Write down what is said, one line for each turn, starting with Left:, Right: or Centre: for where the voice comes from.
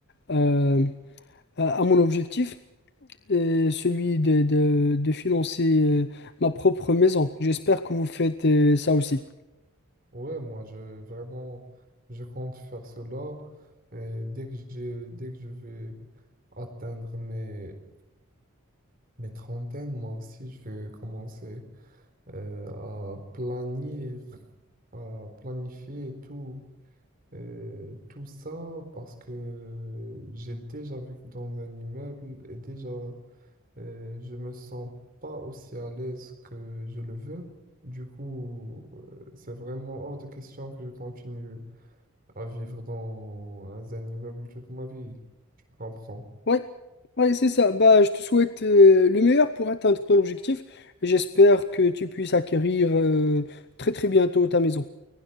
Left: euh, à, à mon objectif, et celui de, de, de financer euh, ma propre maison. J'espère que vous faites euh, ça aussi.
Right: Ouais, moi, je vraiment, je compte faire cela. Et dès que j'ai, dès que je vais atteindre mes, mes trentaines, moi aussi, je vais commencer euh, à planir à planifier tout, euh, tout ça parce que j'ai déjà vécu dans un immeuble et déjà, euh, je me sens pas aussi à l'aise que je le veux. Du coup, euh, c'est vraiment hors de question que je continue à vivre dans un immeuble toute ma vie. Je comprends.
Left: Oui, oui, c'est ça. Bah, je te souhaite euh, le meilleur pour atteindre ton objectif. J'espère que tu puisses acquérir euh, très très bientôt ta maison.